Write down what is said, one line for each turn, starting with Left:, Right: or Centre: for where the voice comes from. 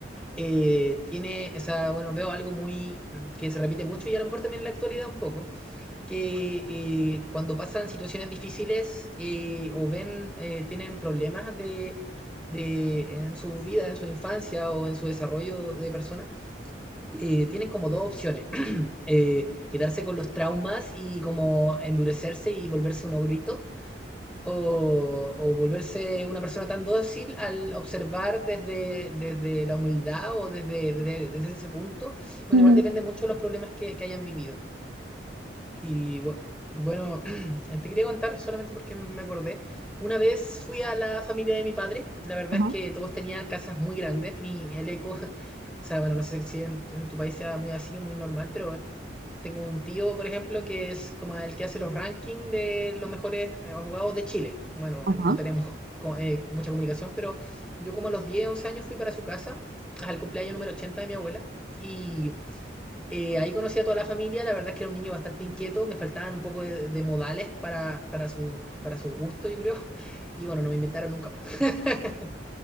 Centre: eh, tiene, o sea, bueno, veo algo muy que se repite mucho y a lo mejor también en la actualidad un poco que eh, cuando pasan situaciones difíciles eh, o ven, eh, tienen problemas de, de- en su vida, en su infancia o en su desarrollo de persona, eh, tienen como dos opciones. <clears throat> eh, quedarse con los traumas y como endurecerse y volverse unos gritos o, o volverse una persona tan dócil al observar desde, desde la humildad o desde, desde, desde ese punto. Bueno,
Right: Ujú,
Centre: igual depende mucho de los problemas que que hayan vivido. Y bu- bueno, <clears throat> te quería contar solamente porque me acordé. Una vez fui a la familia de mi padre. La verdad
Right: ujú.
Centre: es que todos tenían casas muy grandes. Mi, el eco, <laughs> o sea, bueno, no sé si en, en tu país sea muy así o muy normal, pero tengo un tío, por ejemplo, que es como el que hace los rankings de los mejores eh, abogados de Chile. Bueno,
Right: Ajá,
Centre: no tenemos co- eh, mucha comunicación, pero yo como a los 10 11 años fui para su casa, al cumpleaños número 80 de mi abuela. Y eh, ahí conocí a toda la familia, la verdad es que era un niño bastante inquieto, me faltaban un poco de, de modales para, para su, para su gusto, yo creo, <laughs> y bueno, no me invitaron nunca más. <laughs>